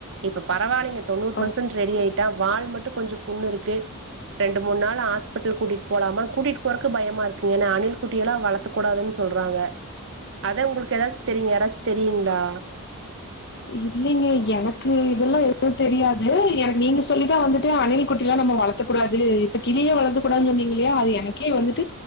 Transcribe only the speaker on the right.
இப்ப பரவாயில்லைங்க தொன்னுரு
பெர்ஸன்ட் ரெடி ஆகி வால் மட்டும் கொஞ்சம் புண்ணு இருக்கு ரெண்டு மூணு நாள் ஹாஸ்பிடல் கூட்டிட்டு போலமா கூட்டிட்டு போறக்கு பயமா இருக்கு ஏன்னா அணில் குட்டி எல்லாம் வளத்தக்கூடாதுனு சொல்றாங்க அத உங்களுக்கு ஏதாச்சு தெரியுங்க யாராச்சும் தெரியுங்களா